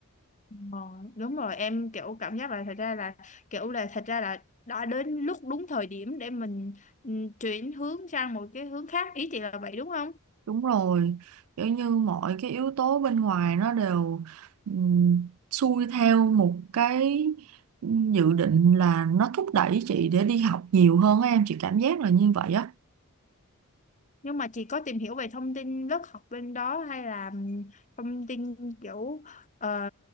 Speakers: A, on the left; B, on the right.
A: Ờ, đúng rồi em kiểu cảm giác là thật ra là kiểu là thật ra là đã đến lúc đúng thời điểm để mình ừ, chuyển hướng sang một cái hướng khác ý chị là vậy đúng không
B: đúng rồi kiểu như mọi cái yếu tố bên ngoài nó đều ừm, xuôi theo một cái dự định là nó thúc đẩy chị để đi học nhiều hơn á em chị cảm giác là như vậy á
A: nhưng mà chị có tìm hiểu về thông tin lớp học bên đó hay là ừ, thông tin kiểu ờ,